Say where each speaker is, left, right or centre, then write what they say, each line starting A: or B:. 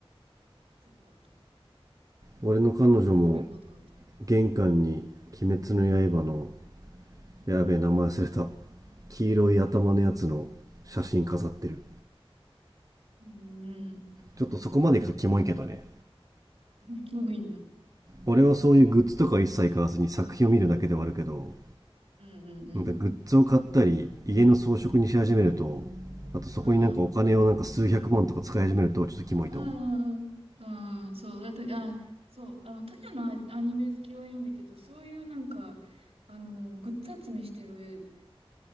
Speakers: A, on the right; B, on the right.
A: すごかった。
B: 俺の彼女も
A: 殺されるかと思った。
B: 玄関に鬼滅の刃のやべえ名前忘れた黄色い頭のやつの写真飾ってる
A: うーん。
B: ちょっとそこまで行くとキモいけどね
A: まあ、もいいんだ。
B: 俺はそういうグッズとか一切買わずに作品を見るだけではあるけど
A: うんうんうん。
B: なんかグッズを買ったり家の装飾にし始めるとあとそこになんかお金をなんか数百万とか使い始めるとちょっとキモいと思う
A: ああ、うんうんうん。うん、そう。だって、あ、そう。あの、ただのア、アニメ好きはいいんだけど、そういうなんか、あの、グッズ集めしてる